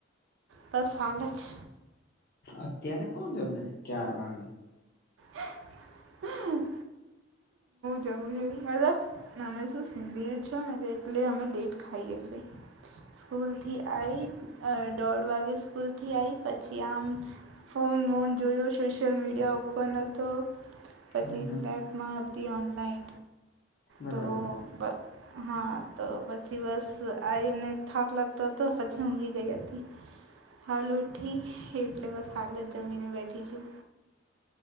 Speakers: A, on the right; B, on the left.
A: બસ હાલે છ.
B: અત્યારે કોણ જમે ચાર વાગે?
A: હું જમું છું મતલબ અમે શું સિંધી છો ને એટલે અમે લેટ ખાઈએ છીએ. સ્કૂલથી આઈ દોઢ વાગે સ્કૂલથી આઈ પછી આમ ફોન વોન જોયો સોશિયલ મીડિયા ઉપર ઓપન હતો પછી
B: હમ હમ
A: સ્નેપમાં હતી ઓનલાઈન.
B: બરાબર
A: તો બ હા તો પછી બસ આઈને થાક લાગતો હતો પછી હું હુઈ ગઈ હતી. હાલ ઉઠી એટલે બસ હાલ જ જમીને બેઠી છું.